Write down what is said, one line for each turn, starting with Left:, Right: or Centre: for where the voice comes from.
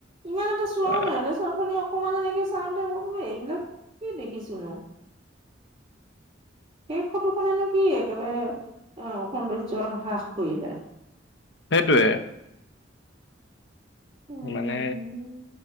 Right: ইমান এটা চোৱাও
Left: আহ,
Right: নহয় এ চৰনি অকমান এনেকে চাওঁ। তে মই বোলো এইবিলাক কি দেখিছো ন সেই ফটোখনেনো কি একেবাৰে আহ সৌন্দৰ্য হ্ৰাস কৰিলে
Left: সেইটোৱে
Right: উম
Left: মানে